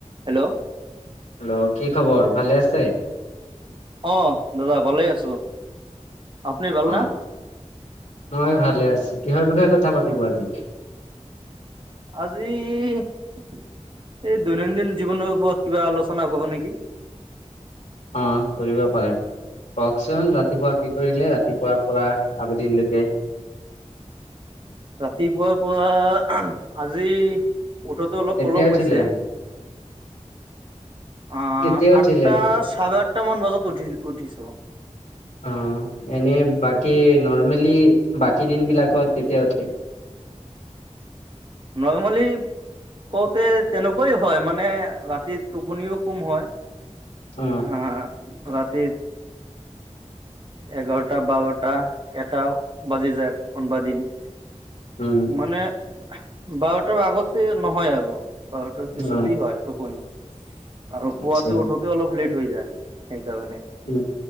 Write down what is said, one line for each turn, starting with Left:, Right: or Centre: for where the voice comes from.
Right: Hello!
Left: Hello, কি খবৰ ভালে আছে?
Right: অ', দাদা ভালেই আছো। আপুনি ভাল
Left: অ
Right: না?
Left: মই ভালে আছো। কিহৰ বিষয়ে কথা পাতিব আজি?
Right: আজি এই দৈনন্দিন জীৱনৰ ওপৰত কিবা আলোচনা কৰোঁ নেকি?
Left: অ কৰিব পাৰে। কওঁকচোন ৰাতিপুৱা কি কৰিলে? ৰাতিপুৱাৰ পৰা আবেলিলৈকে।
Right: ৰাতিপুৱাৰ পৰা আজি উঠোতে অলপ
Left: কেতিয়া
Right: পলম
Left: উঠিলে
Right: হৈছে। আ
Left: কেতিয়া উঠিলে?
Right: আঠটা চাৰে আঠটা মান বজাত উঠি উঠিছোঁ।
Left: অ এনে বাকী নৰ্মেলি, বাকী দিন বিলাকত কেতিয়া উঠে?
Right: নৰ্মালী কওঁতে তেনেকুৱাই হয়। মানে ৰাতিত টোপনিও কোম হয়।
Left: অ
Right: হা, ৰাতি এঘাৰটা বাৰটা এটাও বাজি যায় কোনোবা দিন।
Left: উম।
Right: মানে বাৰ তাৰ আগতে নহয় আৰু বাৰ তাৰ পিছতেই
Left: অ
Right: হয় টোপনী। আৰু পুৱতে
Left: আচ্ছা
Right: উঠোতে অলপ লেট হৈ যায়, সেইকাৰণে।
Left: উ